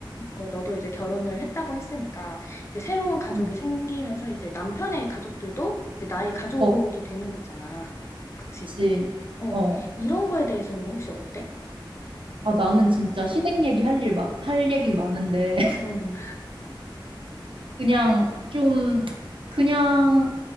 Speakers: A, on the left; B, on the right.
A: 어, 너도 이제 결혼을 했다고 했으니까 이제 새로운 가족이
B: 음.
A: 생기면서 이제 남편의 가족들도 이제 나의 가족이
B: 어,
A: 되는 거잖아. 그치?
B: 그치.
A: 어,
B: 어.
A: 이런 거에 대해서는 혹시 어때?
B: 아, 나는 진짜 시댁 얘기 할 일, 마, 할 얘기 많은데, <laughs>
A: 응,
B: 그냥 좀, 그냥,